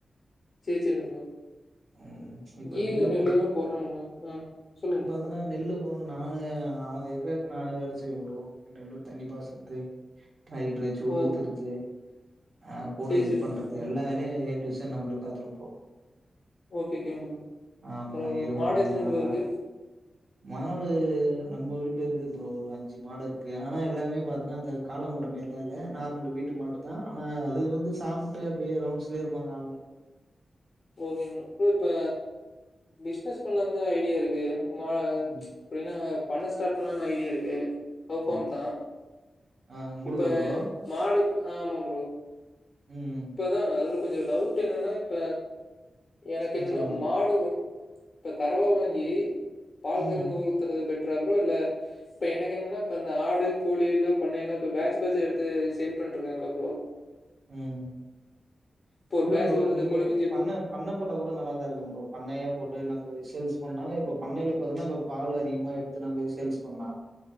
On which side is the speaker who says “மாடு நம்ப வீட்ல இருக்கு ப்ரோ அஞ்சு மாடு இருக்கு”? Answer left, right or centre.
Right